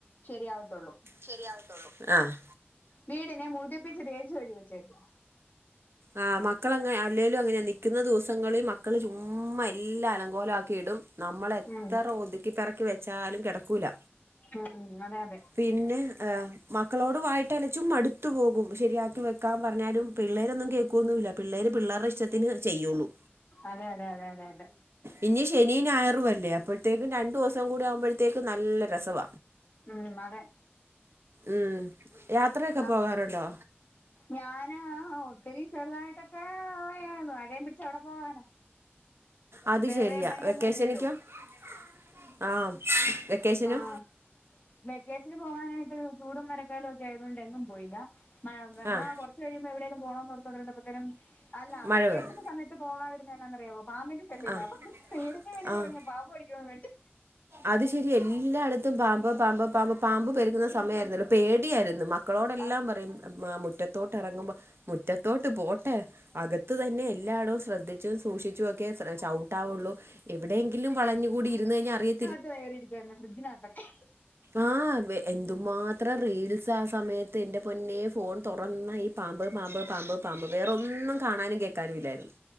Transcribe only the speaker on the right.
ശരിയാവതുള്ളൂ ആഹ്
ആഹ് മക്കളങ്ങനെ അല്ലേലും അങ്ങനെയാ നൽക്കുന്ന ദിവസങ്ങളിൽ മക്കള് ചുമ്മാ എല്ലാം അലങ്കോലക്കി ഇടും നമ്മള് എത്ര
ഒതുക്കിപ്പെറക്കി വെച്ചാലും കിടക്കൂല്ല
പിന്നെ മക്കളോട് വായിട്ട അലച്ചും മടുത്തു പോകും ശരിയാക്കി വെക്കാൻ പറഞ്ഞാലും പിള്ളേരൊന്നും കേൾക്കുവൊന്നുല്ല പിള്ളേര് പിള്ളേര്ടെ ഇഷ്ടത്തിന് ചെയ്യുള്ളൂ
ഇനി ശനി ഞയറു ല്ലേ അപ്പോഴത്തേക്കും രണ്ടു ദിവസം കൂടി ആവുമ്പോഴത്തേക്കും നല്ല രസവ
ഉം യാത്രയൊക്കെ
പോകാറുണ്ടോ?
അത്
ശരിയാ
വെക്കേഷനിക്കോ
ആഹ് വെക്കേഷനോ
ആഹ്
മഴ
പെയ്തു
ആഹ്
ആഹ്
അത് ശരി എല്ലായിടത്തും പാമ്പ് പാമ്പ് പാമ്പ് പാമ്പ് പെരുക്കുന്ന സമയമായിരുന്നല്ലോ പേടിയായിരുന്നു ക്കളോടെല്ലാം
പറയും മുറ്റത്തോട്ട് ഇറങ്ങുമ്പോ മുറ്റത്തോട്ട് പോട്ടെ അകത്ത് തന്നെ എല്ലാടും ശ്രദ്ധിച്ചും സൂക്ഷിച്ചും ഒക്കെ ചവിട്ടാവുള്ളൂ എവിടെയങ്കിലും വളഞ്ഞുകൂടി ഇര്ന്ന് കഴഞ്ഞാ അറിയ
ആഹ് എന്തുമാത്രം റീൽസ് ആ സമയത്ത് എന്റെ പൊന്നെ ഫോൺ തുറന്ന ഈ പാമ്പ് പാമ്പ് പാമ്പ് പാമ്പ് വേറൊന്നും കാണാനും കേൾക്കാനും ഇല്ലായിരുന്നു